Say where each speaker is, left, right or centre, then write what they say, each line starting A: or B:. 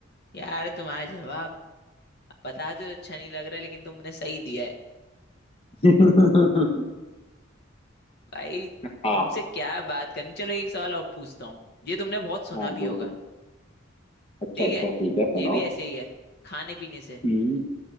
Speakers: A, on the left; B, on the left.
A: यार तुम्हारा जवाब पता तो अच्छा नहीं लग रहा लेकिन तुमने सही दिया है
B: <laughs>
A: भाई
B: हाँ
A: तुमसे क्या बात करनी चलो एक सवाल और पूछता हूँ ये तुमने बहुत सुना
B: हाँ
A: भी
B: पूछे
A: होगा
B: अच्छा
A: ठीक
B: अच्छा
A: है
B: ठीक है सुनाओ
A: ये भी ऐसे ही है खाने पीने से
B: हम्म